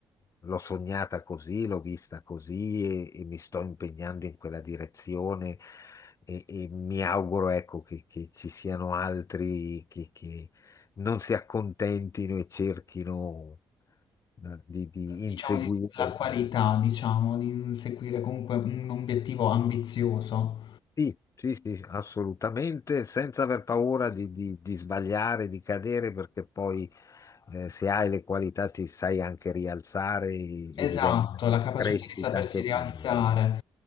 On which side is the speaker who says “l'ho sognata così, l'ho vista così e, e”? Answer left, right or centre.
Left